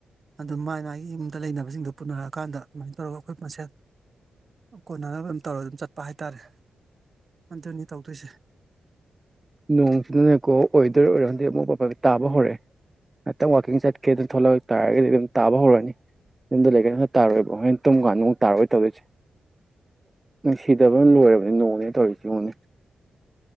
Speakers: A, on the right; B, on the right.
A: ꯑꯗꯨ ꯃꯥꯏ ꯃꯥꯒꯤ ꯌꯨꯝꯗ ꯂꯩꯅꯕꯁꯤꯡꯗꯨꯣ ꯄꯨꯅꯔꯛꯑꯀꯥꯟꯗ ꯑꯗꯨꯃꯥꯏꯅ ꯇꯧꯔꯒ ꯑꯩꯈꯣꯏ ꯃꯁꯦꯜ ꯀꯣꯟꯅꯅꯕ ꯑꯗꯨꯝ ꯇꯧꯔ ꯑꯗꯨꯝ ꯆꯠꯄ ꯍꯥꯏꯇꯥꯔꯦ ꯑꯗꯨꯅꯤ ꯇꯧꯗꯣꯏꯁꯦ
B: ꯅꯣꯡꯁꯤꯗꯅꯦꯀꯣ ꯑꯣꯏꯗꯣꯏꯔ ꯑꯣꯏꯔꯗꯤ ꯑꯃꯨꯛ ꯄꯄꯒ ꯇꯥꯕ ꯍꯧꯔꯛꯑꯦ ꯉꯍꯥꯛꯪ ꯋꯥꯥꯛꯀꯤꯡ ꯆꯠꯀꯦ ꯊꯣꯛꯂꯛ ꯇꯥꯔꯒꯗꯤ ꯑꯗꯨꯝ ꯇꯕ ꯍꯧꯔꯣꯏꯅꯤ ꯌꯨꯝꯗ ꯂꯩꯀ ꯇꯥꯔꯣꯏꯕꯣ ꯍꯩꯅ ꯇꯨꯝꯀꯥꯟꯗ ꯑꯃꯨꯛ ꯇꯥꯔꯣꯏ ꯇꯧꯗꯣꯏꯁꯦ ꯅꯨꯡꯁꯤꯗꯕꯅ ꯂꯣꯏꯔꯕꯅꯤ ꯅꯣꯡꯅꯦ ꯇꯧꯔꯤꯁꯤꯉꯨꯅꯤ